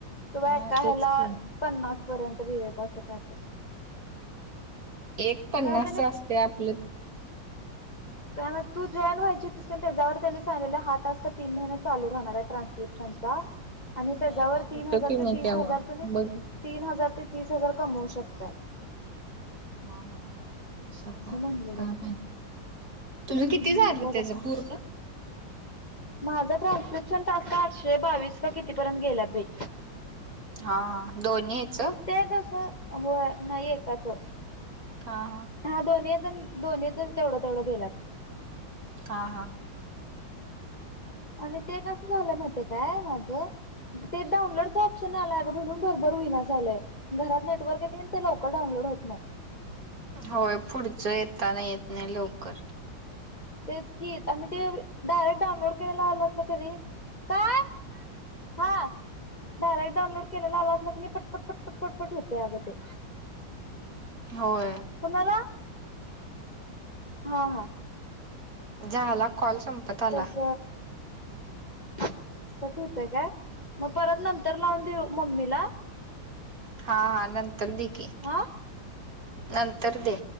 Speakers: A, on the left; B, on the right.
A: तुव्हा एका
B: हा
A: ह्याला
B: तेच की
A: पन्नास पर्यंत भि देत असं कात
B: एक पन्नास
A: कारण
B: असते आपलं.
A: ह. काय मग तू जॉईन व्हायची तस त्याच्यावर त्यांनी सांगलेला हा टास्क तीन महिने चालू राहणार आहे ट्रान्स्क्रिप्शनचा आणि
B: नाही
A: त्याच्यावर तीन
B: होत
A: हजार
B: की
A: ते
B: नाही
A: तीस
B: तेव्हा
A: हजार तुम्.
B: बघ
A: तीन हजार ते तीस हजार कमवऊ शकतय.
B: हा हा अस
A: असं
B: का
A: म्हणलेलं
B: काम आहे. तुझं किती
A: हम्म
B: झालं त्याच पूरत
A: माझा ट्रान्स्क्रिप्शन टास्का आठशे बावीस का कितीपर्यंत गेलात भाई
B: हा दोन्हीच
A: ते कसं हो नाहीयकाचं.
B: हा हा.
A: हा दोनच दोनहीच तेवढं तेवढं गेलात.
B: हां हां.
A: आणि ते कसं झालंय माहिित काय माझं. ते डाऊनलोडचं ऑप्शन आलाय ग भरून भरभर होईना झालंय. घरात नेटवर्क येत की ते लवकर डऊनलोड होत नाही.
B: होय पुढचं येताना येत नाही लवकर
A: तेच कीत आणि ते डायरेक्ट डाउऊनलोड करायला आलं असल करी काय? हा. डायरेक्ट डाऊनलोड केलेला आला अस ना की नाही पटपट पटपट पटपट होते अगं ते
B: होय.
A: कोुणाला हा हा.
B: झाला. कॉल संपत आला.
A: तस कट होतय काय? मग परत नंतर लावून देऊ मम्मीला
B: हा हा नंतर दे की
A: हा
B: नंतर दे.